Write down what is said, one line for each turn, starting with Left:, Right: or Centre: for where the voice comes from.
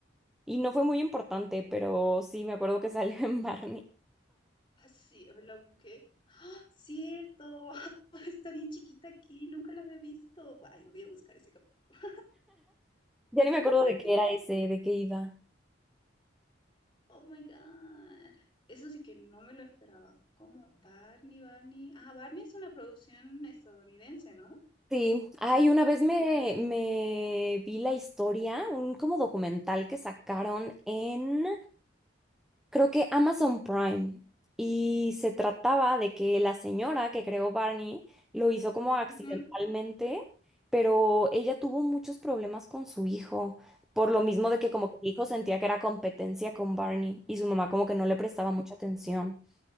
Centre: y no fue muy importante, pero sí, me acuerdo que salió <laughs> en Barney.
Left: Ah, sí, a ver, la busqué. ¡Ah, cierto! <laughs> Está bien chiquita aquí, nunca la había visto. Ay, voy a buscar ese capítulo.
Centre: Ya ni me
Left: <laughs>
Centre: acuerdo
Left: Súper
Centre: de qué
Left: tierno.
Centre: era ese, de qué iba.
Left: Oh my God. Eso sí que no me lo esperaba. ¿Cómo? Barney, Barney. Ah, Barney es una producción estadounidense, ¿no?
Centre: Sí, ay, una vez me, me vi la historia, un como documental que sacaron en creo que Amazon Prime. Y se trataba de que la señora que creó Barney lo hizo como accidentalmente,
Left: Ujú,
Centre: pero ella tuvo muchos problemas con su hijo, por lo mismo de que como que el hijo sentía que era competencia con Barney y su mamá como que no le prestaba mucha atención.